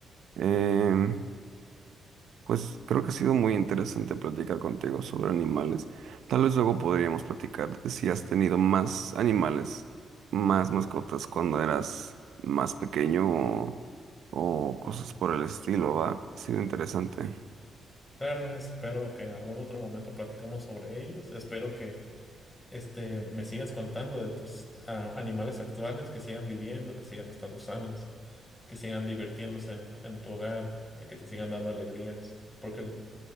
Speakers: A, on the right (about 70°); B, on the left (about 20°).
A: Em, Pues creo que ha sido muy interesante platicar contigo sobre animales. Tal vez luego podríamos platicarte si has tenido más animales, más mascotas cuando eras más pequeño o, o cosas por el estilo, ¿va? Ha sido interesante.
B: Claro, espero que en algún otro momento platicamos sobre ellos. Espero que este, me sigas contando de tus ah, animales actuales, que sigan viviendo, que sigan estando sanos, que sigan divirtiéndose en, en tu hogar y que te sigan dando alegrías, porque